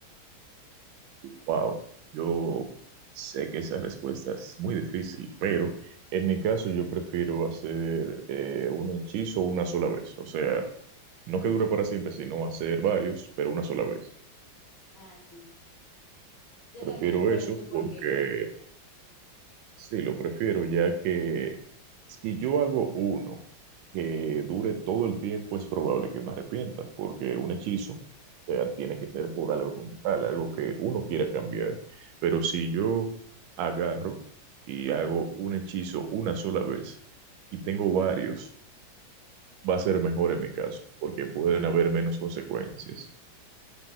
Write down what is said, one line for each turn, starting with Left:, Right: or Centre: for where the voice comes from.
Right: Wow, yo sé que esa respuesta es muy difícil, pero en mi caso yo prefiero hacer eh, un hechizo una sola vez. O sea, no que dure para siempre, sino hacer varios, pero una sola vez.
Left: Ah, sí. Yo
Right: Prefiero
Left: también, pero
Right: eso
Left: tú por
Right: porque
Left: qué.
Right: Sí, lo prefiero, ya que si yo hago uno que dure todo el tiempo, es probable que me arrepienta, porque un hechizo, o sea, tiene que ser por algo como tal, algo que uno quiera cambiar. Pero si yo agarro y hago un hechizo una sola vez y tengo varios, va a ser mejor en mi caso, porque pueden haber menos consecuencias.